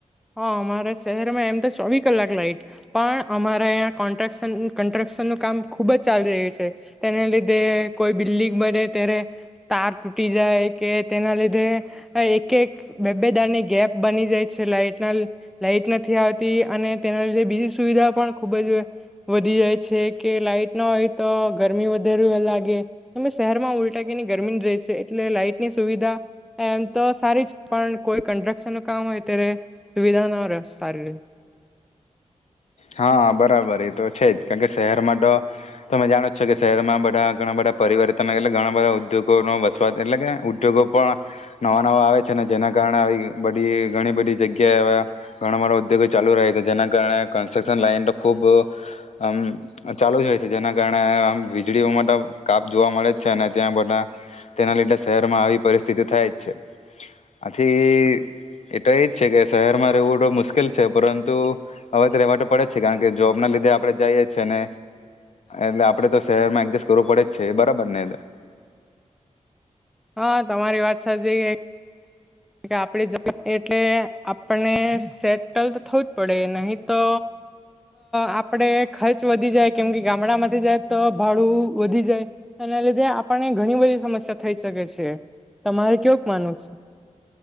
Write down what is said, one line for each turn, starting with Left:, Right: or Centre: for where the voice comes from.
Centre: હા, અમારા શહેરમાં એમ તો ચોવી કલાક લાઈટ પણ, અમારે અં કો્રક્શન કસ્ટ્રક્શનનું કામ ખુબ જ ચાલી રહ્યું છે, તેના લીધે કોઈ બિલ્ડિંગ બને ત્યારે તાર તૂટી જાય કે તેના લીધે એક એક, એક બે બે દાડા ની ગેપ બની જાય છે, લાઈટ. લાઈટ નથી આવતી, અને તેના લીધે બીજી સુવિધા પણ ખુબ જ વધી જાય છે કે. લાાઈટ ના હોય તો ગરમી વધારે લાગે, શહેરમાં ઉલટા કેની ગરમી રહે છે? એટલે લાઈટ ની સુવિધા એમ તો સારી, પણ કોઈ કન્સ્ટ્રક્શન નું કામ હોય ત્યારે. સુવિધા ના સારી રહે.
Left: હા, બરાબર એ તો છે જ, કારણ કે શહેરમાં તો તમે જાણો છો કે શહેરમાં બધા ઘણા બધા પરિવર્તન, એટલે ઘણા બધા ઉદ્યોગો ન વસવાટ. એટલે કે ઉદ્યોગો પણ નવા નવા આવે છે, ને જેના કારણે આવી બધી ઘણી બધી જગ્યાએ હવે ઘણા બધા ઉદ્યોગો ચાલુ રહે છે, જેના કારણે હવૅ, કન્સ્ટ્રક્શન લાઈન તો ખૂબ આમ ચાલુ જ હોય છે, જેના કારણે આમ વીજળીઓ માટે કાપ જોવા મળે જ છે, અને ત્યાં બધા તેના લીધે શહેરમાં આવી પરિસ્થિતિ થાય જ છે. આથી એ તો એ જ છે, કે શહેરમાં રહેવું તો મુશ્કેલ છે, પરંતુ હવે તો રહેવા તો પડે જ છે, કારણ કે જોબ ના લીધે આપડે જઈએ છે ને, એટલે આપણે તો શહેરમાં એડજસ્ટ કરવું પડે જ છે, બરાબર ને?
Centre: હા, તમારી વાત સાચી. આપણી જોબ એટલે આપને સેટલ તો થવું જ પડે, નહીં તો આપડે ખર્ચ વધી જાય. કેમ કે ગામડામાંથી જાય તો ભાડું વધી જાય, એના લીધે આપને ઘણી બધી સમસ્યા થઈ શકે છે. તમારે કેવું માનવું છે?